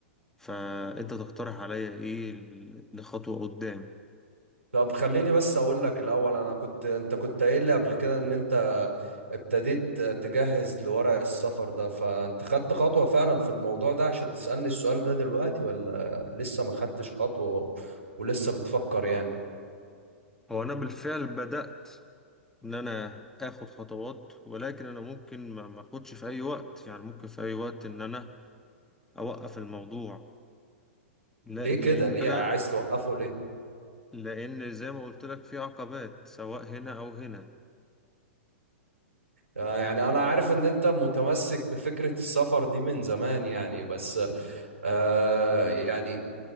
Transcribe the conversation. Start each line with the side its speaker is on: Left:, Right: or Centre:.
Centre: فأنت تقترح عليا إيه ل- لخطوة قدام
Right: طب خليني بس اقول لك الاول انا كنت انت كنت قايل لي قبل كده ان انت ابتديت تجهز لورق السفر ده فانت خدت خطوة فعلا في الموضوع ده عشان تسألني السؤال ده دلوقتي ولا لسه ما خدتش خطوة و- ولسه بتفكر يعني
Centre: هو أنا بالفعل بدأت إن أنا آخد خطوات ولكن أنا ممكن ما ما أخدش في أي وقت يعني ممكن في أي وقت إن أنا أوقف الموضوع لا
Right: ليه كده
Centre: لأن
Right: ليه
Centre: أنا
Right: عايز توقفه ليه
Centre: لأن زي ما قلت لك في عقبات سواء هنا أو هنا
Right: آه، يعني أنا عارف إن أنت متمسك بفكرة السفر دي من زمان يعني بس آه يعني